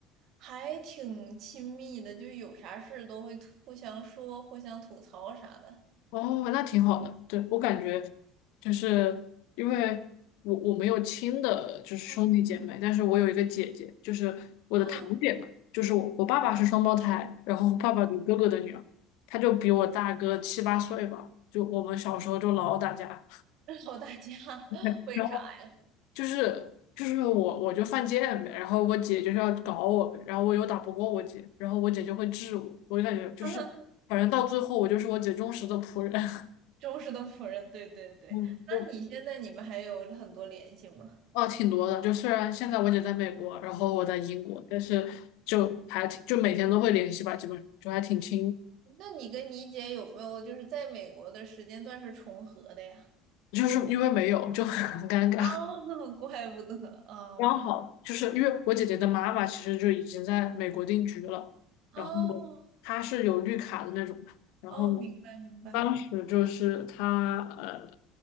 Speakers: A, on the right; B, on the left.
A: 还挺亲密的，就有啥事都会互相说、互相吐槽啥的。
B: 哦，那挺好的。对，我感觉就是因为我我没有亲的，就是兄弟姐妹，
A: 嗯
B: 但是我有一个姐姐，就是我的堂姐嘛，
A: 嗯。
B: 就是我我爸爸是双胞胎，然后爸爸有哥哥的女儿，她就比我大个七八岁吧，就我们小时候就老打架，
A: <laughs> 靠大家，<laughs>
B: <laughs>
A: 为啥呀？
B: 然后。就是就是我我就犯贱呗，然后我姐就是要搞我呗，然后我又打不过我姐，然后我姐就会治我，我就感觉就是反正到最后我就是我姐忠实的仆人，
A: <laughs>
B: <laughs>
A: 忠实的仆人，对对对。
B: 嗯，
A: 那你现在你们还有很多联系吗？
B: 就哦挺多的，就虽然现在我姐在美国，然后我在英国，但是就还挺就每天都会联系吧，基本上就还挺亲，
A: 那你跟你姐有没有就是在美国的时间段是重合的呀？
B: 就是因为没有就很尴尬。
A: 哦，<laughs> 那怪不得哦，
B: 刚好就是因为我姐姐的妈妈其实就已经在美国定居了，
A: 明哦
B: 然后她是有绿卡的那种嘛，然后
A: 哦，明白明白。
B: 当时就是她呃，